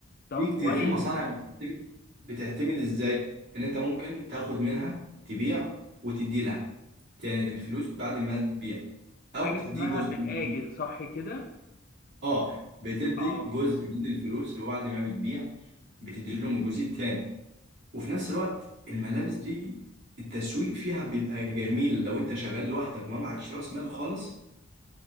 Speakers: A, on the left; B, on the right.
A: طب
B: في كتير
A: كويس
B: في مصانع بتعتمد بتعتمد ازاي ان انت ممكن تاخد منها تبيع وتدي لها يعني الفلوس بعد ما تبيع او
A: حاجة
B: تدي
A: اسمها
B: جزء
A: بالآجل
B: من الفلوس
A: صح كده
B: اه بتدي
A: اه
B: جزء من الفلوس وبعد ما بتبيع بتدي لهم الجزء التاني وفي نفس الوقت الملابس دي التسويق فيها بيبقى جميل لو انت شغال لوحدك وما معكش راس مال خالص